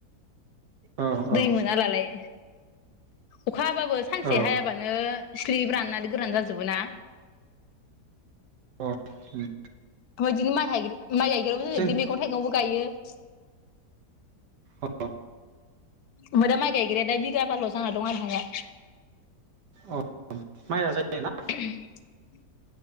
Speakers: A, on the right; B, on the left.
A: औ औ
B: दै मोना नालाय। अखा हाबाबो सानसे
A: औ
B: हायाबानो स्लिब राननानै गोरान जाजोबो ना।
A: <inaudible>
B: मा बादिनो माइ गाइ माइ गायग्रायाबो
A: जों
B: जोंनि मैगं-थाइगंबो गायो। <inaudible>
A: अ
B: ओमफाय दा माइ गायग्राया दा बिगाबा ल' दं आरो हाया।
A: अ माइया जायोना?
B: <unintelligible>